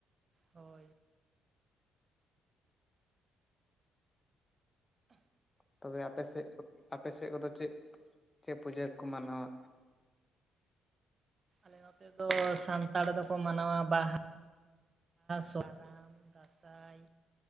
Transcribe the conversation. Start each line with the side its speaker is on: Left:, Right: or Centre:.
Right: ᱦᱳᱭ
Left: ᱛᱚᱵᱮ ᱟᱯᱮ ᱥᱮᱫ ᱟᱯᱮ ᱥᱮᱫ ᱠᱚᱫᱚ ᱪᱮᱫ ᱪᱮᱫ ᱯᱩᱡᱟᱹ ᱠᱚᱠᱚ ᱢᱟᱱᱟᱣᱟ
Right: ᱟᱞᱮ ᱱᱚᱛᱮ ᱫᱚ ᱥᱟᱱᱛᱟᱲ ᱫᱚᱠᱚ ᱢᱟᱱᱟᱣᱟ ᱵᱟᱦᱟ ᱥᱚᱨᱦᱟᱭ ᱫᱟᱸᱥᱟᱭ